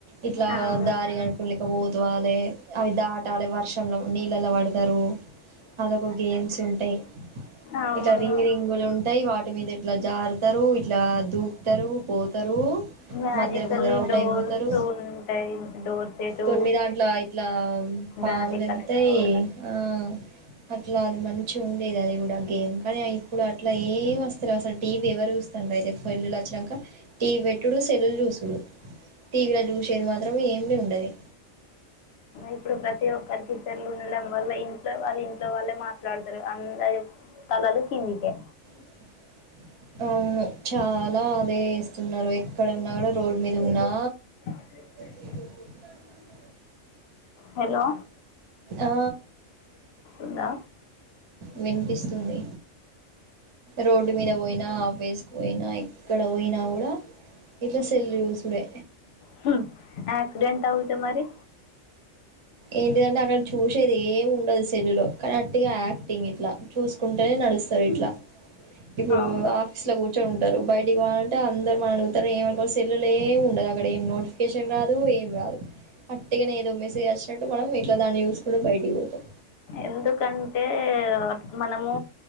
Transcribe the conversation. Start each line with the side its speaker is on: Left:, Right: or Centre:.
Right: ఇట్లా
Left: అవును
Right: దారి కనుకులే పోతు వాళ్లే అవి దాటాలి వర్షంలో నీళ్ళలో పడతారు అదొక గేమ్స్ ఉంటాయ్
Left: అవును
Right: ఇట్లా రింగు రింగులు ఉ ఉంటాయి వాటి మీద ఇట్లా జారుతారు. ఇట్లా దూకుతారు, పోతారు.
Left: మ్యాజికల్
Right: మధ్యలో కొందరు అవుట్
Left: డోర్స్
Right: అయిపోతారు.
Left: ఉంటాయి డోర్ సెటు
Right: కొన్ని దాంట్లో ఇట్లా పాములు
Left: దారి కలుపుకోవడం
Right: వత్తాయ్ ఆ అట్లా అది మంచి ఉండేది. అది కూడా గేమ్ కానీ ఇప్పుడు అట్లా ఏం వస్త అసలు అసలు టీవీ ఎవరు చూస్తుండి అయితే సెల్లులు వచ్చినాక టీవీ పెట్టుడు సెల్లులు చూసుడు. టివీ లో చూసేది మాత్రం ఏమి ఉండదు.
Left: ఇప్పుడు, ప్రతి ఒక్కరికి సెల్లులు ఉండడం వల్ల ఇంట్లో వాళ్ళ ఇంట్లో వాళ్ళే మాట్లాడతా లేరు. అందరూ తలలు కిందికే
Right: <inaudible> అవును, చాలా అదే ఇస్తున్నారు ఎక్కడ ఉన్నా కూడా రోడ్ మీద ఉన్నా
Left: అ
Right: <inaudible>
Left: <inaudible> హలో!
Right: ఆ
Left: ఉన్నా
Right: వినిపిస్తుంది. రోడ్డు మీద పోయినా ఆఫీసుకి పోయినా ఎక్కడ పోయినా కూడా ఇట్లా సెల్ చూసుడే.
Left: హ్మ్, ఎక్సిడెంట్ అయితే మరి
Right: ఏంటిదంటే అక్కడ చూసేది ఏమి ఉండదు సెల్లులో. కానీ వట్టిగా యాక్టింగ్ ఇట్లా చూస్ కుంటేనే నడుస్తారు ఇట్లా ఇప్పుడు
Left: అవును
Right: ఆఫీస్ లో కూర్చొని ఉంటారు. బయటికి పోవాలంటే అందరూ మనని అడుగుతారు ఏమని ఆ సెల్ ఏమి ఉండదు అక్కడ ఏం నోటిఫికేషన్ రాదు ఏం రాదు అట్టిగానే ఏదో మెసేజ్ వచ్చినట్టు మనం ఇట్లా దాన్ని చూసుకుంటూ బయకి పోతాం.
Left: ఎందుకంటే మనము